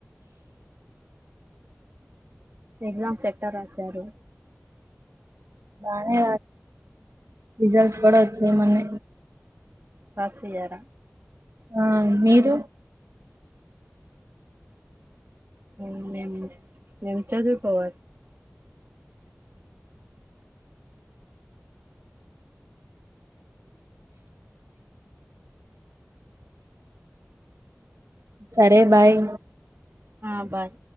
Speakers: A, on the right; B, on the right.
A: ఎగ్జామ్ ఎట్ట రాశారు
B: బానే రిజల్ట్స్ కూడా వచ్చాయి మొన్నే
A: పాస్ అయ్యారా
B: ఆ మీరు
A: మ్ నేను చదువు కోవ
B: సరే బాయ్
A: ఆ బాయ్